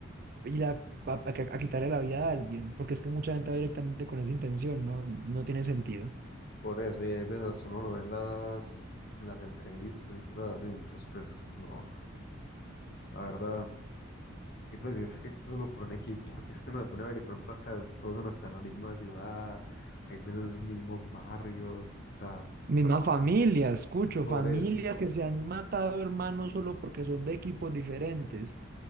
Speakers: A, on the right (about 45°); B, on the left (about 50°).
A: y la, a, a- a quitarle la vida a alguien, porque es que mucha gente va directamente con esa intención, no, no tiene sentido.
B: Por eso, y hay veces hasta uno lo ve en las, en las entrevistas y cosas así. Entonces, pues no, la verdad. Y pues y es que solo por un equipo, porque es que uno se pone a ver y por ejemplo acá todos son hasta la misma ciudad, hay veces los mismos barrios, o sea,
A: Misma familia, escucho,
B: por
A: familias
B: eso.
A: que se han matado hermanos solo porque son de equipos diferentes.